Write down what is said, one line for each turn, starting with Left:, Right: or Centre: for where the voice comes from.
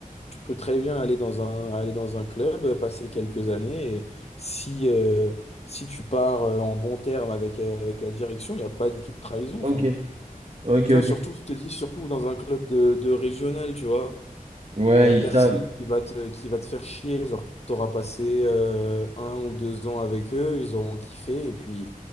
Left: tu peux très bien aller dans un, aller dans un club, passer quelques années. Et si, euh, si tu pars euh, en bon terme avec, euh, avec la direction, il n'y a pas du tout de trahison.
Right: ok,
Left: Enfin,
Right: ok,
Left: tu
Right: ok.
Left: vois, surtout, je te dis, surtout dans un club de, de régional, tu vois.
Right: Ouais,
Left: Il y a personne
Right: ils savent.
Left: qui va te, qui va te faire chier. Genre, t'auras passé euh, un ou deux ans avec eux, ils auront kiffé, et puis,